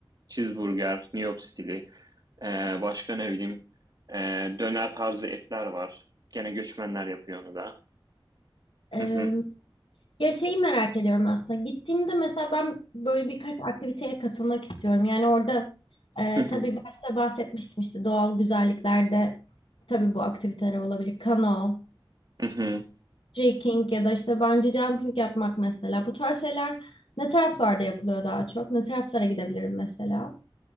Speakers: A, on the right; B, on the left.
A: cheeseburger, New York stili, ee, başka ne bileyim ee, döner tarzı etler var. Gene göçmenler yapıyor onu da.
B: Ee,
A: Hı hı.
B: ya şeyi merak ediyorum aslında. Gittiğimde mesela ben böyle birkaç aktiviteye katılmak istiyorum. Yani orada e,
A: Hı hı.
B: tabii başta bahsetmiştim işte doğal güzelliklerde tabii bu aktiviteler olabilir. Kano,
A: Hı hı.
B: trekking ya da işte bungee jumping yapmak mesela. Bu tarz şeyler ne taraflarda yapılıyor daha çok? Ne taraflara gidebilirim mesela?